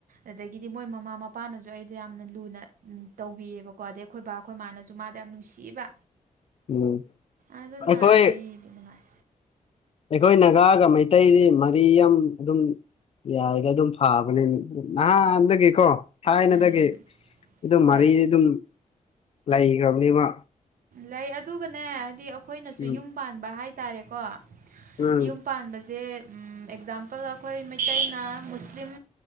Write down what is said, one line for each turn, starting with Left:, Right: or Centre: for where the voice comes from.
Right: ꯑꯗꯒꯤꯗꯤ ꯃꯣꯏ ꯃꯃꯥ ꯃꯄꯥꯅꯁꯨ ꯑꯩꯗꯣ ꯌꯥꯝꯅ ꯂꯨꯅ ꯇꯧꯕꯤꯌꯦꯕꯀꯣ ꯑꯗꯩ ꯑꯩꯈꯣꯏ ꯕꯥ ꯑꯩꯈꯣꯏ ꯃꯥꯅꯁꯨ ꯃꯥꯗ ꯌꯥꯝ ꯅꯨꯡꯁꯤꯕ
Left: ꯎꯝ
Right: ꯑꯗꯨꯅ
Left: ꯑꯩꯈꯣꯏ
Right: ꯑꯩꯗꯤ ꯅꯨꯡꯉꯥꯏ
Left: ꯑꯩꯈꯣꯏ ꯅꯒꯥꯒ ꯃꯩꯇꯩꯗꯤ ꯃꯔꯤ ꯌꯥꯝ ꯑꯗꯨꯝ ꯌꯥꯏꯗ ꯑꯗꯨꯝ ꯐꯕꯅꯦ ꯅꯍꯥꯟꯗꯒꯤꯀꯣ ꯊꯥꯏꯅꯗꯒꯤ
Right: ꯎꯝ
Left: ꯑꯗꯨꯝ
Right: ꯍꯣꯏ
Left: ꯃꯔꯤ ꯑꯗꯨꯝ ꯂꯩꯒ꯭ꯔꯝꯅꯤꯕ
Right: ꯂꯩ ꯑꯗꯨꯒꯅꯦ ꯍꯥꯏꯗꯤ ꯈꯣꯏꯅꯁꯨ
Left: ꯎꯝ
Right: ꯌꯨꯝ ꯄꯥꯟꯕ ꯍꯥꯏꯇꯥꯔꯦꯀꯣ
Left: ꯎꯝ
Right: ꯌꯨꯝ ꯄꯥꯟꯕꯁꯦ ꯎꯝ ꯑꯦꯛꯖꯥꯝꯄꯜ ꯑꯩꯈꯣꯏ ꯃꯩꯇꯩꯅ ꯃꯨꯁꯂꯤꯝ